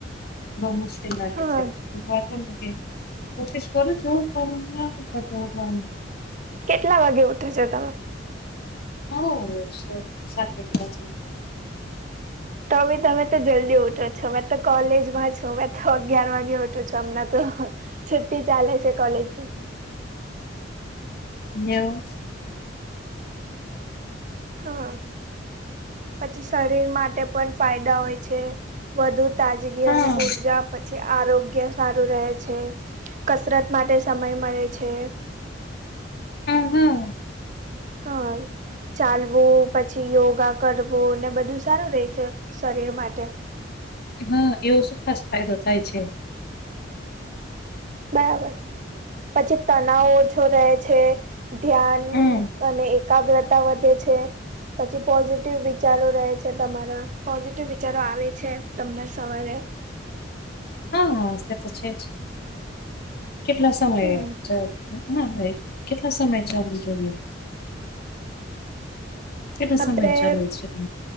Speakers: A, on the left; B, on the right.
A: બહુ મુશ્કેલ લાગે
B: હા
A: છે. વા નથી કોશિશ કરું છું પણ
B: કેટલા વાગે ઉઠો છો તમે?
A: હો શ સાતેક વાગે.
B: તો બી તમે તો જલ્દી ઉઠો છો મેં તો કોલેજમાં છો મેં તો અગિયાર વાગે ઉઠો છો. તમને તો છુટ્ટી ચાલે છે કોલેજ ની.
A: નેવું
B: હા, પછી શરીર માટે પણ ફાયદા હોય છે, વધુ તાજગી
A: હા
B: અને ઉર્જા આપે છે, આરોગ્ય સારું રહે છે, કસરત માટે સમય મળે છે.
A: હમ્મ હમ્મ
B: હાય ચાલવો, પછી યોગા કરવું, ને બધું સારું રહે છે શરીર માટે.
A: હા, એવો શું ખાસ ફાયદો થાય છે.
B: બરાબર, પછી તનાવ ઓછો રહે છે. ધ્યાન,
A: હમ
B: અને એકાગ્રતા વધે છે. પછી પોઝિટિવ વિચારો રહે છે તમારા. પોઝિટિવ વિચારો આવે છે, તમને સવારે.
A: હા હા, તે તો છે જ, કેટલા સમયે
B: હમ
A: છે. ના ભાઈ, કેટલા સમય ચાલુ જોઈએ? કેટલો સમય
B: આપણે
A: ચાલે છે તુ?